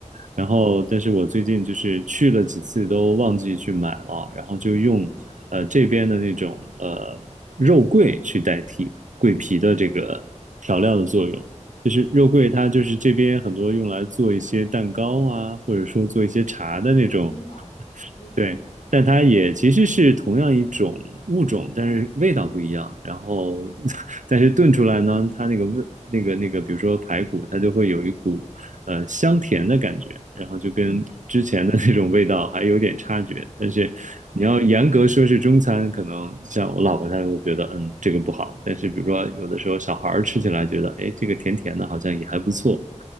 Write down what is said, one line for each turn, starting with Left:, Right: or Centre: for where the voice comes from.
Right: 然后，
Left: 嗯
Right: 但是我最近就是去了几次都忘记去买了，然后就用呃这边的那种呃肉桂去代替桂皮的这个调料的作用。就是肉桂，
Left: 啊
Right: 它就是这边很多用来做一些蛋糕啊，或者说做一些茶的那种
Left: 啊，我明白明白。
Right: 对，但它也其实是同样一种物种，但是味道不一样。然后，<laughs> 但是炖出来呢，它那个味，那个那个，比如说排骨，它就会有一股呃香甜的感觉，然后就跟之前的那种味道还有点差距。
Left: 哦
Right: 但是你要严格说是中餐，
Left: 啊
Right: 可能像我老婆她会觉得，嗯，这个不好。但是比如说有的时候小孩儿吃起来觉得，哎，这个甜甜的，好像也还不错。